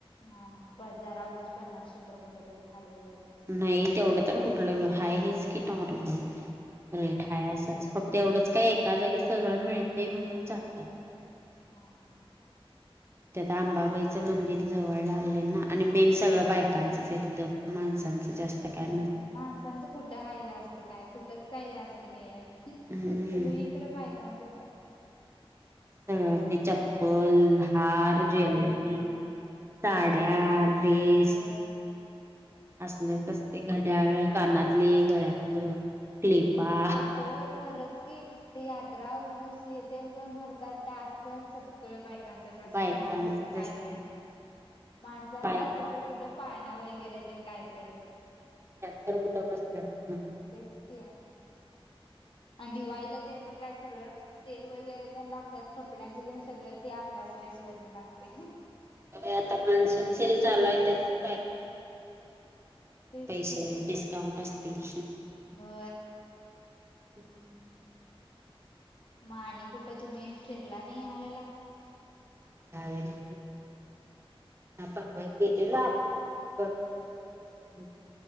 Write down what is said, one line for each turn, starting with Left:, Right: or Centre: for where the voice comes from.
Left: हा हा जरा उगच पन्नास शंभर कुठ तरी खाली वर होत. असते
Right: नाही तेवढं तर कुठलं हाय हेच की नॉर्मल. रेट
Left: हा हा
Right: हाय असच फक्त एवढंच काय एका जागी सगळं मिळते म्हणून चांगलंय.
Left: हा हा
Right: तथ आंबाबाईचं मंदिर जवळ लागलं ना आणि मेन सगळं बायकांचंच आहे तिथं माणसं. जास्त काय
Left: माणसांचं कुठं हा जास्त काय कुठच काही जास्त नाहीये सगळी
Right: हम्म.
Left: सगळीकडे बायकांचंच आहे.
Right: ह ते चप्पल हार ज्वेलरी साड्या. ड्रेस
Left: हो
Right: असलेच असते घड्याळ. कानातले गळ्यातलं. क्लिपा
Left: सगळं. खरंच की यात्रा उरुस येत पण भरतात त्यात पण सग बायकांचच असते
Right: बायकांचच
Left: माणसांच काय
Right: असते
Left: नाही माणसांच
Right: बाय
Left: असलं कुठं पाळणा वगैरे ते कायतरी.
Right: ह गप
Left: तेच क आणि दिवाळीला ते पण काय सगळं सेल वगैरे ते लागतात कपड्यांचं सगळं ते आपल्याच ड्रेस वरने लागते.
Right: हो आता मान्सून सेल चालू आहे त्यात पण बाय का
Left: तेच
Right: पैसे डिस्काउंट असतील.
Left: हो
Right: हम्म
Left: मग आणि कुठं तुम्ही फिरला नाही यावेळेला
Right: त्या नाही आता परवा गेलेला आंबाबा कज बसवले ना सोून